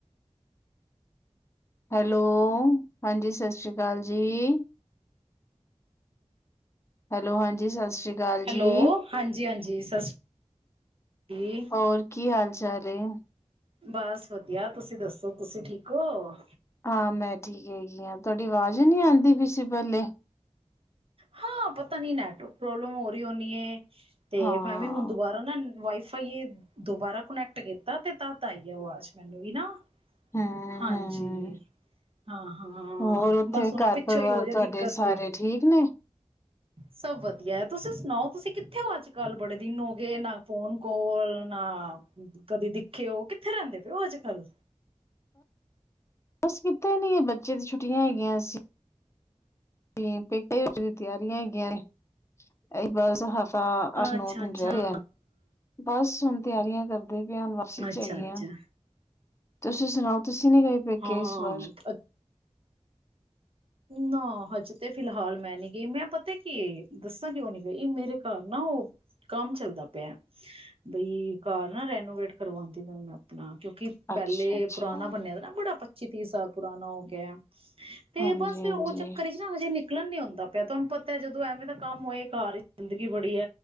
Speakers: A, on the left (about 25°); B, on the right (about 50°).
A: hello, ਹਾਂਜੀ ਸਤਿ ਸ੍ਰੀ ਅਕਾਲ ਜੀ, hello ਹਾਂਜੀ ਸਤਿ ਸ੍ਰੀ ਲਾਲ
B: ਹੈਲੋ,
A: ਜੀ,
B: ਹਾਂਜੀ-ਹਾਂਜੀ ਸਤਿ ਸ਼੍ਰੀ
A: ਹੋਰ ਕੀ ਹਾਲ ਚਾਲ ਹੇ?
B: ਬਸ ਵਧੀਆ ਤੁਸੀਂ ਦੱਸੋ ਤੁਸੀਂ ਠੀਕ ਹੋ?
A: ਹਾਂ ਮੈਂ ਠੀਕ ਹੈਗੀ ਆਂ ਤੁਹਾਡੀ ਆਵਾਜ਼ ਜੀ ਨਹੀਂ ਆਉਂਦੀ ਬੀਸੀ ਪਹਿਲੇ।
B: ਹਾਂ, ਪਤਾ ਨਹੀਂ ਨੈਟਵਰਕ ਪ੍ਰੋਬਲਮ ਹੋ ਰਹੀ ਹੋਣੀ ਏ। ਤੇ
A: ਹਾਂ
B: ਮੈਂ ਵੀ ਹੁਣ ਦੁਬਾਰਾ ਨਾ ਵਾਏ ਦੁਬਾਰਾ ਕਨੈਕਟ ਕੀਤਾ ਨਾ ਤਦ ਆਈ ਆਵਾਜ਼ ਮੈਨੂੰ ਵੀ ਨਾ।
A: ਹੂੰ
B: ਹਾਂਜੀ,
A: ਹੂੰ
B: ਹਾਂ- ਹਾਂ,
A: ਹੋਰ ਉੱਥੇ
B: ਬਸ ਉਹਨੇ
A: ਘਰ
B: ਪਿੱਛੋਂ
A: ਪਰਿਵਾਰ
B: ਹੀ ਹੋਜੇ
A: ਤੁਹਾਡੇ
B: ਦਿੱਕਤ
A: ਸਾਰੇ
B: ਤੇ
A: ਠੀਕ ਨੇ?
B: ਸਭ ਵਧੀਆ ਤੁਸੀਂ ਸੁਣਾਓ ਤੁਸੀਂ ਕਿੱਥੇ ਹੋ ਅੱਜ-ਕੱਲ ਬੜੇ ਦਿਨ ਹੋ ਗਏ ਨਾ ਫੋਨ ਕਾਲ ਨਾ ਕਦੇ ਦਿਖੇ ਹੋ ਕਿੱਥੇ ਰਹਿੰਦੇ ਪਏ ਹੋ ਅੱਜ-ਕੱਲ
A: ਬਸ ਕਿੱਥੇ ਨੀ ਹੈ ਬੱਚੇ ਦੀ ਛੁੱਟੀਆਂ ਹੈਗੀਆਂ ਸੀਂ। ਤੇ ਪੇਪਰ ਦੀ ਤਿਆਰੀ ਹੈਗੀਆਂ ਨੇ ਤੇ ਇਹੀ ਬਸ ਹਫ ਤਾਂ ਅੱਠ-
B: ਅੱਛਾ
A: ਨੌ ਦਿਨ
B: ਅੱਛਾ
A: ਰਹਿ ਆ ਬਸ ਹੁਣ ਤਿਆਰੀਆਂ ਕਰ ਮੇਰਾ ਵੱਸ ਨੀ
B: ਅੱਛਾ
A: ਚਲ
B: ਅੱਛਾ
A: ਰਿਹਾ। ਤੁਸੀਂ ਸੁਣਾਓ ਤੁਸੀਂ ਨਹੀਂ ਗਏ ਪੇਕੇ
B: ਹਾਂ
A: ਇਸ ਵਾਰ
B: ਨਾ ਅੱਜ ਤੇ ਫਿਲਹਾਲ ਮੈਂ ਨਹੀਂ ਗਈ ਮੈਂ ਪਤਾ ਕੀ ਦੱਸਾਂ ਕਿਉਂ ਨਹੀਂ ਗਈ ਮੇਰੇ ਘਰ ਨਾ ਉਹ ਕੰਮ ਚਲਦਾ ਪਿਆ ਬਈ ਕਾਰਨ ਰੈਨੋਵੇਟ ਕਰਵਾਉਣ ਦੀ ਗੱਲ ਆਪਣਾ ਕਿਉਂਕਿ ਪਹਿਲੇ
A: ਅੱਛਾ-ਅੱਛਾ,
B: ਪੁਰਾਣਾ ਬਨਿਆ ਦਾ ਨਾ ਬੜਾ ਪਚੀ ਤੀ ਸਾਲ ਪੁਰਾਨਣਾ ਹੋ ਗਿਆ। ਤੇ
A: ਹਾਂਜੀ-ਹਾਂਜੀ,
B: ਬਸ ਫਿਰ ਉਹ ਚੱਕਰ ਚ ਹਜੇ ਨਿਕਲੇ ਨਹੀਂ, ਨਿਕਲਣ ਨਹੀਂ ਹੁੰਦਾ ਪਿਆ ਤੁਹਾਨੂੰ ਪਤਾ ਤੇ ਜਦੋਂ ਐਵੇਂ ਦਾ ਕੰਮ ਹੋਏ ਕਾਰਜ ਗੰਦਗੀ ਬੜੀ ਹ